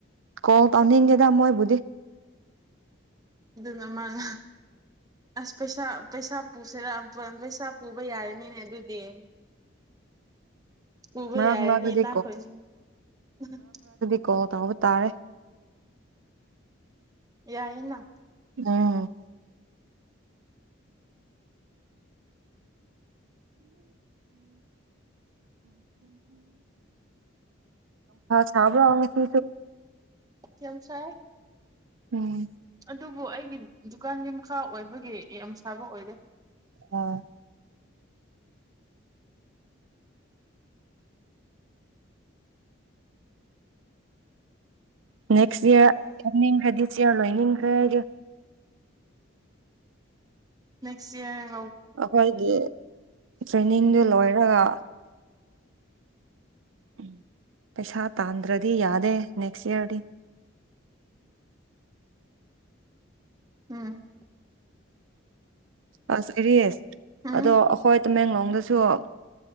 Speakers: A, on the right; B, on the right.
A: ꯀꯣꯜ ꯇꯧꯅꯤꯡꯗꯦꯗꯥ ꯃꯣꯏꯕꯨꯗꯤ
B: ꯑꯗꯨꯅ ꯃꯥꯅ ꯑꯁ ꯄꯩꯁꯥ ꯄꯩꯁꯥ ꯄꯨꯁꯤꯔꯥ <unintelligible> ꯄꯩꯁꯥ ꯄꯨꯕ ꯌꯥꯔꯅꯤꯅꯦ ꯑꯗꯨꯗꯤ ꯎꯕ
A: ꯃꯔꯛ
B: ꯌꯥꯏꯔꯅꯤ
A: ꯃꯔꯛꯇꯗꯤ
B: ꯅꯈꯣꯏꯁꯨ <unintelligible>
A: ꯀꯣ ꯇꯧꯕ ꯇꯥꯔꯦ
B: ꯌꯥꯏꯅ
A: ꯑ ꯁꯕ꯭ꯔꯁꯨ
B: ꯀꯦꯝ ꯁꯥꯔ
A: ꯎꯝ
B: ꯑꯗꯨꯕꯨ ꯑꯩꯒꯤ ꯗꯨꯀꯥꯟꯒꯤ ꯃꯈꯥ ꯑꯣꯏꯕꯒꯤ ꯌꯥꯝ ꯁꯥꯕ ꯑꯣꯏꯗ
A: ꯍꯣꯏ ꯅꯦꯛꯁ ꯏꯌꯥꯔ ꯏ ꯍꯥꯏꯗꯤ ꯆꯔ ꯂꯣ ꯀꯔ
B: ꯅꯦꯛꯁ ꯏꯔ
A: ꯑꯩꯈꯣꯏꯒꯤ ꯇ꯭ꯔꯦꯅꯤꯡꯗꯨ ꯂꯣꯏꯔꯒ ꯎꯝ ꯄꯩꯁꯥ ꯇꯥꯟꯗ꯭ꯔꯗꯤ ꯗꯤ ꯌꯥꯗꯦ ꯅꯦꯛꯁ ꯏꯌꯔꯗꯤ
B: ꯎꯝ
A: ꯑ ꯁꯦꯔꯤꯁ
B: ꯎꯝ
A: ꯑꯗꯣ ꯑꯈꯣꯏ ꯇꯃꯦꯡꯂꯣꯡꯗꯁꯨ ꯎ